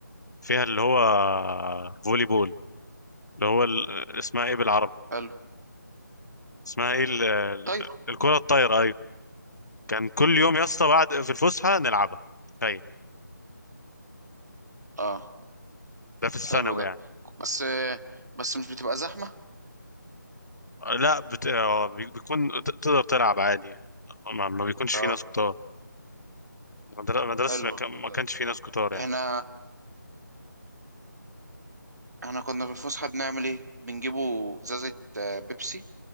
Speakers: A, on the left; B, on the right.
A: فيها اللي هو فولي بول اللي هو ال... اسمها ايه بالعربي
B: حلو
A: اسمها ايه ال... ال-
B: طايرة
A: الكرة الطايرة ايوه كان كل يوم يا اسطى بعد في الفسحة نلعبها تخيل
B: اه
A: ده في الثانوي
B: حلو ده
A: يعني
B: بس بس مش بتبقى زحمة
A: لا بت... آه، بي- بيكون ت- تقدر تلعب عادي ما, ما بيكونش
B: اه
A: في ناس كتار مدر- مدرسة
B: حلو
A: ما كان- ما
B: ده
A: كانش في ناس
B: آه.
A: كتار يعني
B: احنا احنا كنا في الفسحة بنعمل ايه بنجيبوا ازازة آه، بيبسي